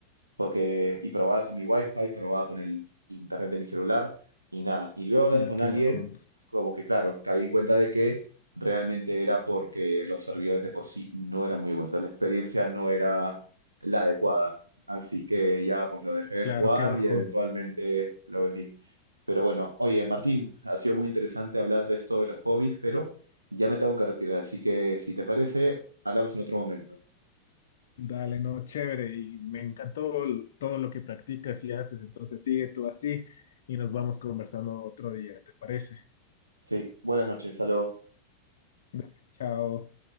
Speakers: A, on the right; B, on the left.
A: porque y probaba con mi wifi, probaba con el internet de mi celular y nada. Y luego hablando
B: Ya,
A: con
B: qué
A: alguien,
B: bajón.
A: como que claro, caí en cuenta de que realmente era porque los servidores de por sí no eran muy buenos, la experiencia no era la adecuada. Así que ya pues lo dejé de
B: Claro,
A: jugar
B: qué bajón.
A: y eventualmente lo vendí. Pero bueno, oye Martín, ha sido muy interesante hablar de esto de los hobbies, pero ya me tengo que retirar, así que si te parece, hablamos en otro momento.
B: Dale, no, chévere. Y me encantó el- todo lo que practicas y haces. Entonces sigue tú así y nos vamos conversando otro día, ¿te parece?
A: Sí, buenas noches, saludos.
B: Dale, chao.